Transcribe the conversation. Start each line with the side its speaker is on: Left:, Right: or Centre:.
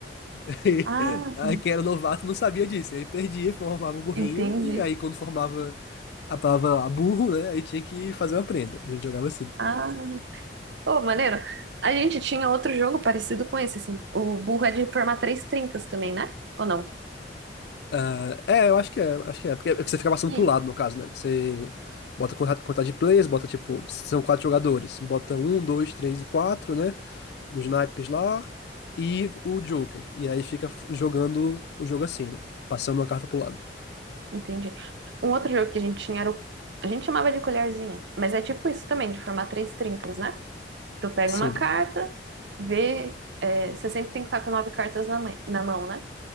Left: Aí,
Right: Ah,
Left: aí
Right: sim.
Left: quem era novato não sabia disso. Aí perdia, formava o burrinho,
Right: Entendi.
Left: e aí quando formava a palavra lá, burro, né? Aí tinha que fazer uma prenda. A gente jogava assim.
Right: Ah. Pô, maneiro. A gente tinha outro jogo parecido com esse, assim. O burro é de formar três trincas também, né? Ou não?
Left: Ah, é, eu acho que é, acho que é. Porque você fica passando
Right: Ih.
Left: pro lado, no caso, né? Você bota conta- contagem de players, bota tipo, são quatro jogadores. Bota um, dois, três e quatro, né? Dos naipes lá, e o Joker. E aí fica f- jogando o jogo assim, né? Passando uma carta pro lado.
Right: Entendi. Um outro jogo que a gente tinha era o... A gente chamava de colherzinha, mas é tipo isso também, de formar três trincas, né? Tu pega
Left: Sim.
Right: uma carta, vê... é, você sempre tem que estar com nove cartas na, mãe- na mão, né?